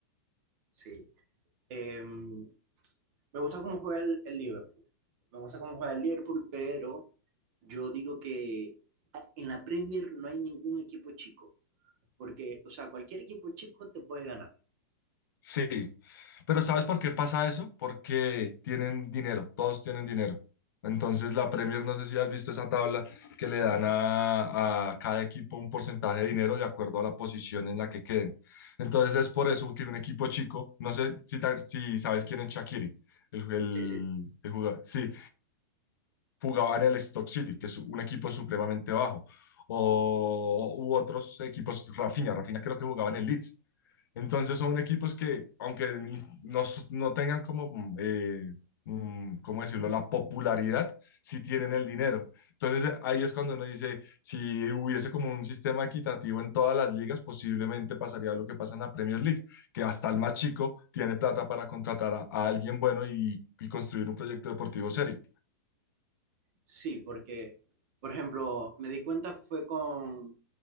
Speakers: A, on the right (about 50°); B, on the left (about 70°).
A: sí. Eh, me gusta cómo juega el, el Liverpool. Me gusta cómo juega el Liverpool, pero yo digo que en la Premier no hay ningún equipo chico. Porque, o sea, cualquier equipo chico te puede ganar.
B: Sí, pero ¿sabes por qué pasa eso? Porque tienen dinero, todos tienen dinero. Entonces la Premier, no sé si has visto esa tabla que le dan a, a cada equipo un porcentaje de dinero de acuerdo a la posición en la que queden. Entonces es por eso que un equipo chico, no sé si, ta- si sabes quién es Shaqiri, el, el,
A: Sí, sí.
B: el jugador. Sí, jugaba en el Stock City, que es un equipo supremamente bajo, o u otros equipos, Rafinha, Rafinha creo que jugaba en el Leeds. Entonces son equipos que, aunque ni- no, s- no tengan como, mm, eh, mm, ¿cómo decirlo?, la popularidad, sí tienen el dinero. Entonces eh, ahí es cuando uno dice, si hubiese como un sistema equitativo en todas las ligas, posiblemente pasaría lo que pasa en la Premier League, que hasta el más chico tiene plata para contratar a, a alguien bueno y y construir un proyecto deportivo serio.
A: Sí, porque, por ejemplo, me di cuenta fue con,